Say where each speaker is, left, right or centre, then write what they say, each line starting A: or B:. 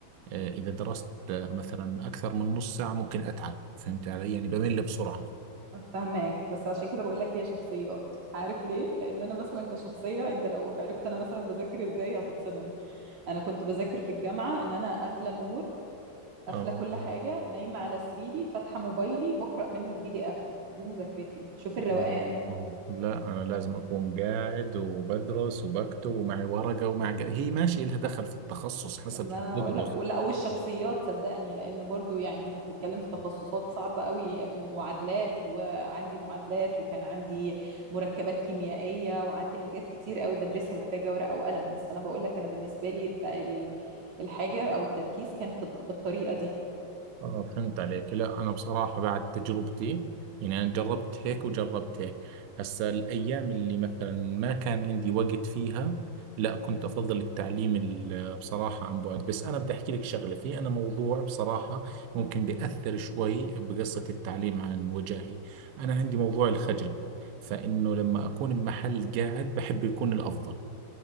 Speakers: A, on the right (about 75°); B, on the right (about 45°).
A: آه، إذا درست آه، مثلا أكثر من نص ساعة ممكن أتعب فهمت علي يعني بمل بسرعة
B: فهماك بس عشان كده بقول لك هي شخصيات عارف ليه لان انا مثلا كشخصيه انت لو عرفت انا مثلا بذاكر ازاي هتتصدم انا كنت بذاكر في الجامعه ان انا قافله النور قافله
A: آه
B: كل حاجه نايمه على سريري فاتحه موبايلي بقرا منه البي دي اف دي مذاكرتي شوف الروقان
A: مم. لا أنا لازم أكون قاعد وبدرس وبكتب ومعي ورقة ومعي جا... هي ماشي إلها دخل في التخصص حسب
B: ما
A: شو
B: انا
A: بتدرس
B: بقول لك ولا والشخصيات صدقني لان برضو يعني انت بتتكلم في تخصصات صعبه قوي معادلات وعندي معادلات وكان عندي مركبات كيميائيه وعندي حاجات كتير قوي بدرسها محتاجه ورقه وقلم بس انا بقول لك انا بالنسبه لي الت- ال- الحاجه او التركيز كان في الط- بالطريقه دي
A: آه، فهمت عليك لا أنا بصراحة بعد تجربتي يعني أنا جربت هيك وجربت هيك هسا الأيام اللي مثلا ما كان عندي وقت فيها لا كنت أفضل التعليم ال- بصراحة عن بعد بس أنا بدي أحكي لك شغلة في أنا موضوع بصراحة ممكن بيأثر شوي بقصة التعليم عن وجاهي أنا عندي موضوع الخجل فإنه لما أكون بمحل قاعد بحب يكون الأفضل